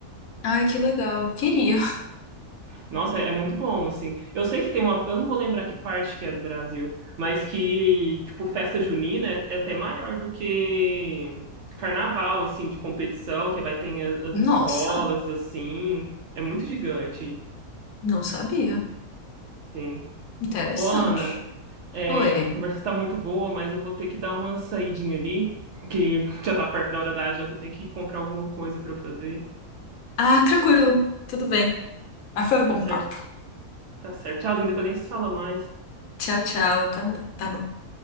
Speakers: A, on the left; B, on the right.
A: Ai, que legal. Queria.
B: Nossa, é muito bom, assim. Eu sei que tem uma. Eu não vou lembrar que parte que é do Brasil, mas que, tipo, festa junina é, é até maior do que carnaval, assim, de competição, que vai ter a- as,
A: Nossa,
B: escolas, assim. É muito gigante,
A: não sabia.
B: sim.
A: Interessante.
B: Ô, Ana, é,
A: Oi.
B: a conversa tá muito boa, mas eu vou ter que dar uma saidinha ali, que já tá perto da hora da janta, eu tenho que comprar alguma coisa pra eu fazer.
A: Ah, tranquilo. Tudo bem. Mas foi bom
B: Tá certo?
A: papo.
B: Tá certo. Tchauzinho, depois a gente se fala mais.
A: Tchau, tchau. Tá, tá bom.